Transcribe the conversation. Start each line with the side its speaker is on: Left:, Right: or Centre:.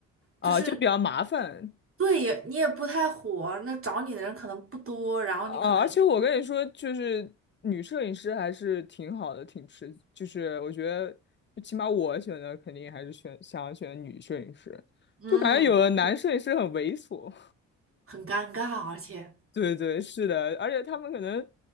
Left: 啊，
Right: 就是
Left: 就比较麻烦
Right: 对也你也不太火，那找你的人可能不多，然后你可能
Left: 啊。而且我跟你说，就是女摄影师还是挺好的，挺吃。就是我觉得，就起码我选的肯定还是选想要选女摄影师，
Right: 嗯
Left: 就感觉有的男摄影师很猥琐。
Right: 很尴尬，而且。
Left: 对对，是的，而且他们可能